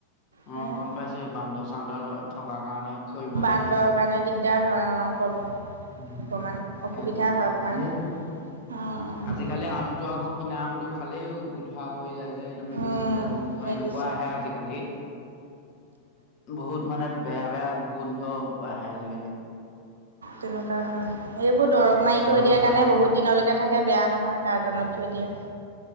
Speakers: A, on the right (about 70°); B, on the left (about 40°).
A: সেয়া
B: অ গম পাইছো বান্দৰ চান্দৰ থকা কাৰণে কৰিব
A: বান্দৰ
B: নোৱাৰি খেতি।
A: কাৰণে দিগদাৰ হয় অ প
B: উম।
A: অকণমান অসুবিধা
B: একো
A: হয় অকণমান।
B: সেইটোৱে।
A: উম উম
B: আজিকালি আমটো আকৌ কিনা আমটো খালেও গো ধৰা পৰি যায় যে এইটো মেডিচিন
A: উম
B: দিয়া গোন্ধ
A: মেডিচিন
B: এনেকুৱা আহে আজিকালি, বহুত মানে বেয়া বেয়া গোন্ধ আহে আজিকালি
A: তেনেকুৱা হয়। এইবোৰ দৰব মাৰি থৈ
B: হয়,
A: দিয়া
B: হয়।
A: কাৰণে বহুত দিনলৈকে থাকে বেয়া নহয় কাৰ্টুনত থৈ দিয়ে।